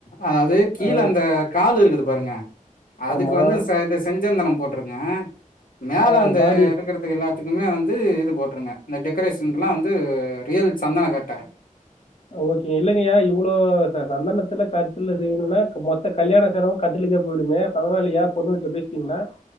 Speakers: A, on the left (about 80°); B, on the left (about 45°).
A: அதாவது கீழ
B: அது
A: அந்த கால் இருக்குது பாருங்க அதுக்கு
B: ஆமா
A: வந்து ச இந்த செஞ்சந் ந்தனம் போட்டருங்க மேல
B: ஆஹ்
A: அந்த
B: பாடி
A: இருக்கிறதுக்கு எல்லாத்துக்குமே வந்து இது போட்ருங்க இந்த டெக்கரேஷனுக்குனா வந்து ரியல் சந்தன கட்ட
B: ஓகே இல்லங்கயா இவ்ளோ ச சந்தனத்துல கட்டிலு செய்யணுனா மொத்த கல்யாண செலவும் கட்டிலுக்கே போயிடுமே பரவால்லயா பொண்ணு வீட்ல பேசிட்டீங்களா